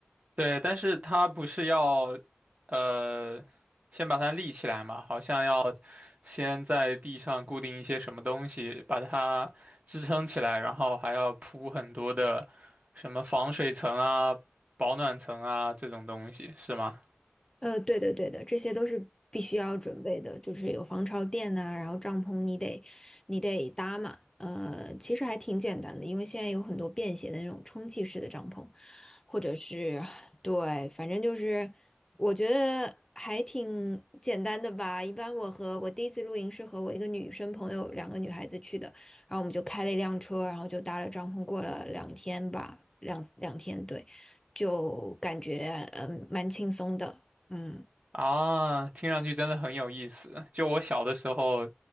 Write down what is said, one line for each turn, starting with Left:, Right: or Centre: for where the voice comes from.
Right: 对，但是它不是要，呃，先把它立起来嘛，好像要先在地上固定一些什么东西，把它支撑起来，然后还要铺很多的什么防水层啊、保暖层啊这种东西，是吗？
Left: 呃，对的，对的，这些都是必须要准备的，就是有防潮垫呐、然后帐篷你得你得搭嘛。呃，其实还挺简单的，因为现在有很多便携的那种充气式的帐篷，或者是对，反正就是我觉得还挺简单的吧。一般我和我第一次露营是和我一个女生朋友，两个女孩子去的，然后我们就开了一辆车，然后就搭了帐篷，过了两天吧，两两天，对，就感觉嗯蛮轻松的，嗯，
Right: 啊，听上去真的很有意思。就我小的时候，